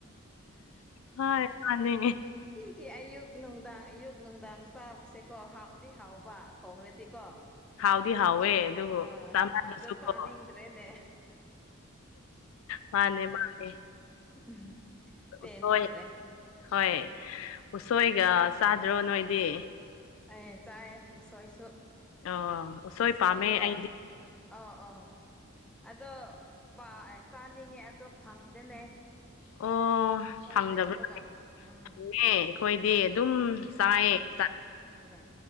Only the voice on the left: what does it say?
ꯍꯣꯏ ꯃꯥꯅꯦ
ꯍꯥꯎꯗꯤ ꯍꯥꯎꯋꯦ ꯑꯗꯨꯕꯨ
ꯆꯥꯃꯅꯕꯁꯨ
ꯀꯣ ꯃꯥꯅꯦ ꯃꯥꯅꯦ
ꯎꯁꯣꯏ ꯍꯣꯏ ꯎꯁꯣꯏꯒ ꯆꯥꯗ꯭ꯔꯣ ꯅꯣꯏꯗꯤ
ꯑꯣ ꯎꯁꯣꯏ
ꯄꯥꯝꯃꯦ ꯑꯩꯗꯤ
ꯑꯣ
ꯐꯪꯗꯕ꯭ꯔꯥ
ꯐꯪꯉꯦ ꯑꯈꯣꯏꯗꯤ ꯑꯗꯨꯝ ꯆꯥꯏꯌꯦ
ꯆꯥꯛ